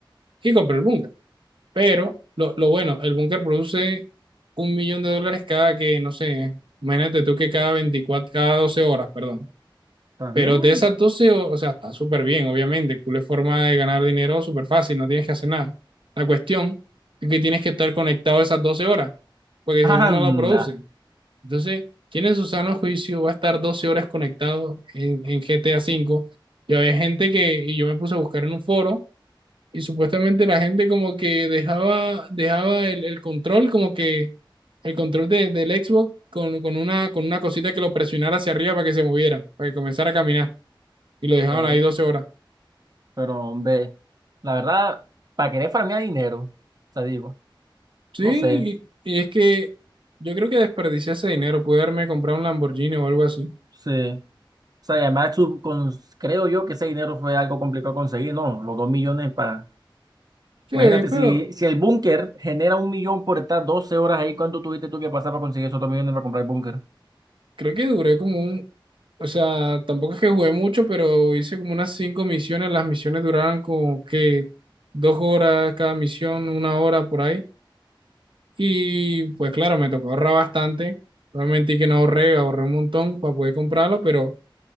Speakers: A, on the right; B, on the right.
A: y compré el búnker. Pero lo, lo bueno, el búnker produce un millón de dólares cada que, no sé, imagínate tú que cada veinticuatro cada 12 horas, perdón.
B: ¿Estás
A: Pero
B: bien?
A: de esas doce o, o sea, está súper bien, obviamente. Cool es forma de ganar dinero súper fácil, no tienes que hacer nada. La cuestión es que tienes que estar conectado esas 12 horas, porque si no,
B: Anda.
A: no lo produce. Entonces, ¿quién en su sano juicio va a estar 12 horas conectado en, en GTA V? Y había gente que, y yo me puse a buscar en un foro, y supuestamente la gente como que dejaba, dejaba el, el control, como que el control de, del Xbox con, con una, con una cosita que lo presionara hacia arriba para que se moviera, para que comenzara a caminar y lo dejaban
B: Oh,
A: ahí 12 horas.
B: pero, hombre, la verdad, para querer farmear dinero, o sea, digo,
A: Sí,
B: no sé,
A: y, y es que yo creo que desperdicié ese dinero, pude haberme comprado un Lamborghini o algo así.
B: sí. O sea, y además, su- con- creo yo que ese dinero fue algo complicado de conseguir, ¿no? Los dos millones para
A: Sí,
B: Imagínate,
A: pero
B: si, si el búnker genera un millón por estar 12 horas ahí, ¿cuánto tuviste tú que pasar para conseguir esos dos millones para comprar el búnker?
A: creo que duré como un, o sea, tampoco es que jugué mucho, pero hice como unas cinco misiones, las misiones duraron como que dos horas cada misión, una hora por ahí. Y pues claro, me tocó ahorrar bastante. Obviamente que no ahorré, ahorré un montón para poder comprarlo, pero